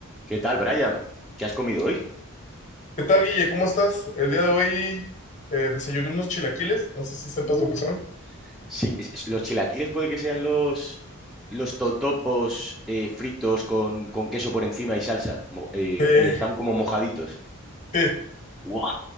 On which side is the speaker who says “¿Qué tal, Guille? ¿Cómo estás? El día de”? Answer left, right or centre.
Left